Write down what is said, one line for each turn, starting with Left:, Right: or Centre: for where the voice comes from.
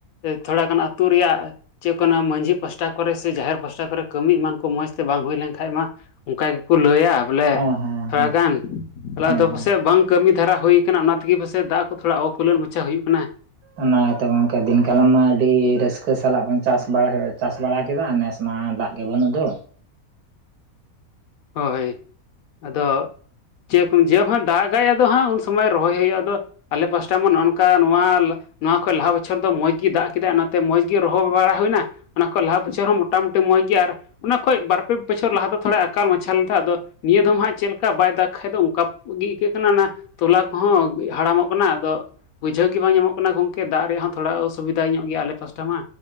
Left: ᱛᱷᱚᱲᱟ ᱜᱟᱱ ᱟᱹᱛᱩ ᱨᱮᱭᱟᱜ ᱪᱮᱫ ᱚᱱᱟ ᱢᱟᱺᱡᱷᱤ ᱯᱟᱥᱴᱟ ᱠᱚᱨᱮᱜ ᱥᱮ ᱡᱟᱦᱮᱨ ᱯᱟᱥᱴᱟ ᱠᱚᱨᱮ ᱠᱟᱹᱢᱤ ᱮᱢᱟᱱ ᱠᱚ ᱢᱚᱸᱡᱽᱛᱮ ᱵᱟᱝ ᱦᱩᱭ ᱞᱮᱱ ᱠᱷᱟᱡ ᱢᱟ ᱚᱱᱠᱟ ᱜᱮᱠᱚ ᱞᱟᱹᱭᱟ ᱵᱚᱞᱮ
Right: ᱦᱮᱸ ᱦᱮᱸ
Left: ᱛᱷᱚᱲᱟᱜᱟᱱ
Right: ᱦᱮᱸ
Left: ᱛᱟᱦᱮ
Right: ᱦᱮᱸ
Left: ᱟᱫᱚ
Right: ᱦᱮᱸ
Left: ᱯᱟᱥᱮᱡ ᱵᱟᱝ ᱠᱟᱹᱢᱤ ᱫᱷᱟᱨᱟ ᱦᱩᱭᱟ ᱟᱠᱟᱱᱟ ᱚᱱᱟ ᱛᱮᱜᱮ ᱯᱟᱥᱮᱡ ᱫᱟᱜ ᱠᱚ ᱛᱷᱚᱲᱟ ᱚᱠᱩᱞᱚᱱ ᱢᱟᱪᱷᱟ ᱦᱩᱭᱩᱜ ᱠᱟᱱᱟ
Right: ᱚᱱᱟ ᱜᱮᱛᱚ ᱜᱚᱝᱠᱮ ᱫᱤᱱ ᱠᱟᱞᱟᱝ ᱢᱟ ᱟᱹᱰᱤ ᱨᱟᱹᱥᱠᱟᱹ ᱥᱟᱞᱟᱜ ᱵᱚᱱ ᱪᱟᱥ ᱪᱟᱥ ᱵᱟᱲᱟ ᱠᱮᱫᱟ ᱢᱟ ᱫᱟᱜ ᱜᱮ ᱵᱟᱹᱱᱩᱜ ᱫᱚ
Left: ᱦᱚᱭ ᱟᱫᱚ ᱪᱮᱫ ᱠᱚᱢ ᱡᱮ ᱦᱟᱜ ᱫᱟᱜᱟᱭ ᱟᱫᱚ ᱦᱟᱸᱜ ᱩᱱ ᱥᱚᱢᱚᱭ ᱨᱚᱦᱚᱭ ᱦᱩᱭᱩᱜᱼᱟ ᱟᱫᱚ ᱟᱞᱮ ᱯᱟᱥᱴᱟ ᱢᱟ ᱱᱚᱜᱚᱭ ᱱᱚᱝᱠᱟ ᱱᱚᱣᱟ ᱱᱚᱣᱟ ᱠᱷᱚᱱᱚᱡ ᱞᱟᱦᱟ ᱵᱚᱪᱷᱚᱨ ᱫᱚ ᱢᱚᱸᱡᱽ ᱜᱮ ᱫᱟᱜ ᱠᱮᱫᱟ ᱚᱱᱟᱛᱮ ᱢᱚᱸᱡᱽ ᱜᱮ ᱨᱚᱦᱚᱭ ᱵᱟᱲᱟ ᱦᱩᱭ ᱮᱱᱟ ᱚᱱᱟ ᱠᱷᱚᱡ ᱞᱟᱦᱟ ᱵᱚᱪᱷᱚᱨ ᱦᱚᱸ ᱢᱚᱴᱟᱢᱩᱴᱤ ᱢᱚᱡᱽ ᱜᱮᱭᱟ ᱟᱨ ᱚᱱᱟ ᱠᱷᱚᱱᱚᱡ ᱵᱟᱨ ᱯᱮ ᱵᱚᱪᱷᱚᱨ ᱞᱟᱦᱟ ᱫᱚ ᱛᱷᱚᱲᱟ ᱮᱠᱟᱞ ᱢᱟᱪᱷᱟᱞ ᱮᱫᱟ ᱟᱫᱚ ᱱᱤᱭᱟᱹ ᱫᱚᱢ ᱦᱟᱸᱜ ᱪᱮᱫ ᱞᱮᱠᱟ ᱵᱟᱭ ᱫᱟᱜᱽ ᱠᱷᱟᱱ ᱫᱚ ᱚᱱᱠᱟ ᱜᱮ ᱟᱹᱭᱠᱟᱹᱜ ᱠᱟᱱᱟ ᱚᱱᱟᱼ ᱛᱚᱞᱟ ᱠᱚᱦᱚᱸ ᱦᱟᱲᱟᱢᱚᱜ ᱠᱟᱱᱟ ᱟᱫᱚ ᱵᱩᱡᱷᱟᱹᱣ ᱜᱮ ᱵᱟᱝ ᱧᱟᱢᱚᱜ ᱠᱟᱱᱟ ᱜᱚᱝᱠᱮ ᱫᱟᱜ ᱨᱮᱭᱟᱜ ᱦᱚᱸ ᱛᱷᱚᱲᱟ ᱚᱥᱩᱵᱤᱫᱟ ᱧᱚᱜ ᱜᱮᱭᱟ ᱟᱞᱮ ᱯᱟᱥᱴᱟ ᱢᱟ᱾